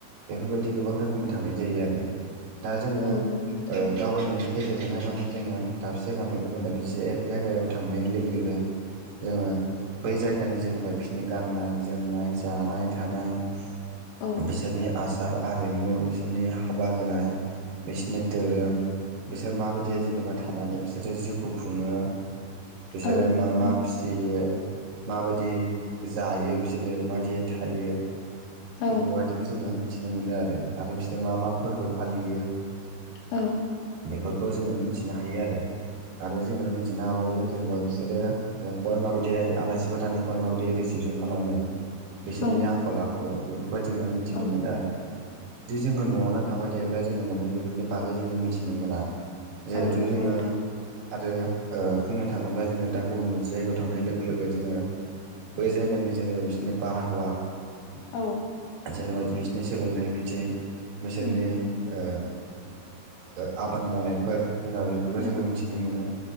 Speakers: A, on the right; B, on the left.
A: बेफोरबायदि गोबां रोखोमनि थांनाय जायो आरो। दा जोङो ओ
B: औ नंगौ नोंथां
A: दावबायनायनि गेजेरजोंहाय माने जोङो दाबसे जायगानिफ्राय गुबुन दाबसे जायगायाव थांनाय लोगो लोगो जोङो बै जायगानि जेनेबा बिसनि गाननाय जोमनाय जानाय थानाय
B: औ
A: बिसोरनि आसार आरिमु बिसोरनि हाबा होनाय बिसोरनि धोरोम बिसोर माबायदि जेनेबा थानानै बिसोरो जिउखौ खुङो बिसोरो
B: औ
A: मा मा फिसियो माबायदि जायो बिसोरो माबायदि थायो
B: औ
A: बेफोरबायदिखौ जोङो मिथिनो मोनो आरो आरो बिसोर मा-मा फोरबो फालियो
B: औ
A: बेफोरखौ जोङो मिथिनो हायो आरो आरो जोङो मिथिनो हाबावो जेनेबा बिसोरो जोंखौहाय माबायदिहाय आलासिफोर थानायखौहाय माबायदि रिसिपसन खालामो बिसोरनि
B: औ
A: आखल आखु बेफोरखौहाय जोङो मिथिनो
B: औ
A: मोनो आरो जुदि जोङो न'आवनो थाबाय थायोब्ला जोङो माने बेफोरनि बागै जोङो मिथिनो मोना जिहेथु
B: औ नंगौ
A: जोङो
B: नोंथां
A: आरो ओ बुंनो थाङोब्ला जोङो दा गुबुन मोनसे जायगायाव थांनाय लोगो-लोगो जोङो बै जायगानि जेनेबा बिसनि बारहावा
B: औ
A: जेनेबा बिसोरनि सोलोंथाइ बिथिं बिसोरनि
B: उम
A: ओ ओ‌ आबाद मावनायफोर जेन'बा बेफोरखौ
B: उम
A: जोङो मिथिनो मोनो